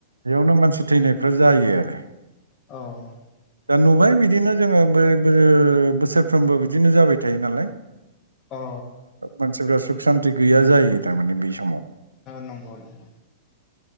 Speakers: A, on the right; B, on the left.
A: बेयावनो मानसि थैनायफ्रा जायो आरो
B: औ
A: दा नुबाय बिदिनो जोङो बै बोसोरफ्रोमबो बिदिनो जाबाय थायो नालाय
B: अ
A: मानसिफ्रा सुख सान्ति गैया जायो थार माने बै समाव
B: नंगौ नंगौ